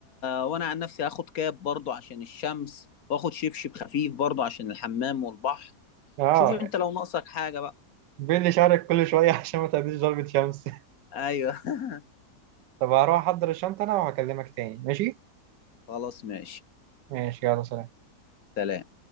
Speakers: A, on the left; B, on the right.
A: وانا عن نفسي هاخد كاب برضو عشان الشمس واخد شبشب خفيف برضو عشان الحمام والبحر
B: أه
A: شوف انت لو ناقصك حاجة بقى
B: بين شعرك كل شوية <laughs> عشان ما تقابليش ضربة شمس
A: ايوه <laughs>
B: <laughs> طب هروح أحضر الشنطة أنا وهكلمك تاني ماشي؟
A: خلاص ماشي
B: ماشي يلا سلام
A: سلام